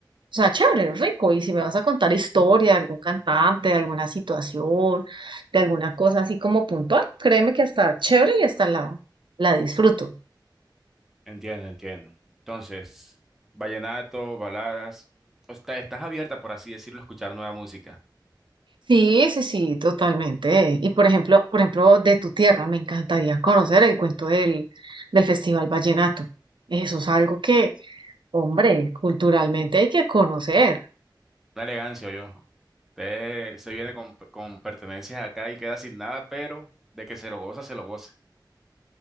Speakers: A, on the right (about 80°); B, in the centre.
A: o sea, chévere, rico. Y si me vas a contar historia de algún cantante, de alguna situación, de alguna cosa así como puntual, créeme que hasta chévere y hasta la, la disfruto.
B: Entiendo, entiendo. Entonces, vallenato, baladas. O sea, estás abierta, por así decirlo, a escuchar nueva música.
A: Sí, sí, sí, totalmente. Y por ejemplo, por ejemplo, de tu tierra, me encantaría conocer el cuento del, del Festival Vallenato. Eso es algo que, hombre, culturalmente hay que conocer.
B: Una elegancia, yo. Usted se viene con, con pertenencias acá y queda sin nada, pero de que se lo goza, se lo goza.